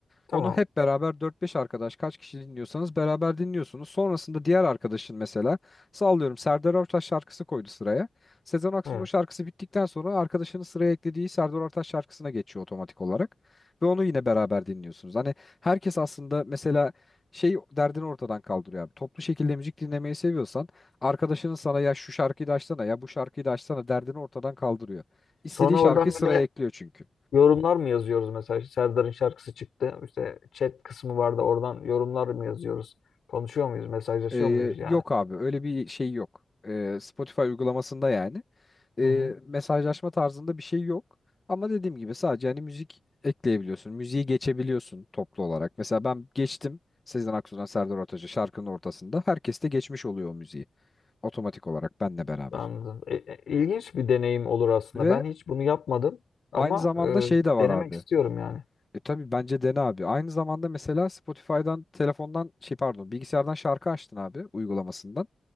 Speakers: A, on the left; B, on the left.
A: tamam.
B: Onu hep beraber dört beş arkadaş kaç kişi dinliyorsanız beraber dinliyorsunuz. Sonrasında diğer arkadaşın mesela sallıyorum Serdar Ortaç şarkısı koydu sıraya. Sezen Aksu'nun
A: Evet.
B: o şarkısı bittikten sonra arkadaşının sıraya eklediği Serdar Ortaç şarkısına geçiyor otomatik olarak. Ve onu yine beraber dinliyorsunuz. Hani herkes aslında mesela şey derdini ortadan kaldırıyor abi. Toplu şekilde müzik dinlemeyi seviyorsan arkadaşının sana ya şu şarkıyı da açsana ya bu şarkıyı da açsana derdini ortadan kaldırıyor. İstediği
A: Sonra
B: şarkıyı
A: oradan
B: sıraya
A: bir de
B: ekliyor çünkü.
A: yorumlar mı yazıyoruz mesela? İşte Serdar'ın şarkısı çıktı. İşte chat kısmı vardı. Oradan yorumlar mı yazıyoruz? Konuşuyor muyuz? Mesajlaşıyor
B: Ee,
A: muyuz yani?
B: yok abi öyle bir şey yok. Ee, Spotify uygulamasında yani. Ee,
A: Hı hı.
B: mesajlaşma tarzında bir şey yok. Ama dediğim gibi sadece hani müzik ekleyebiliyorsun. Müziği geçebiliyorsun toplu olarak. Mesela ben geçtim Sezen Aksu'dan Serdar Ortaç'a şarkının ortasında. Herkes de geçmiş oluyor o müziği. Otomatik olarak benle beraber.
A: Anladım. E, e, İlginç bir deneyim olur aslında.
B: Ve
A: Ben hiç bunu yapmadım ama
B: aynı zamanda
A: e,
B: şey de var
A: denemek
B: abi.
A: istiyorum yani.
B: E tabii bence dene abi. Aynı zamanda mesela Spotify'dan telefondan şey pardon bilgisayardan şarkı açtın abi uygulamasından.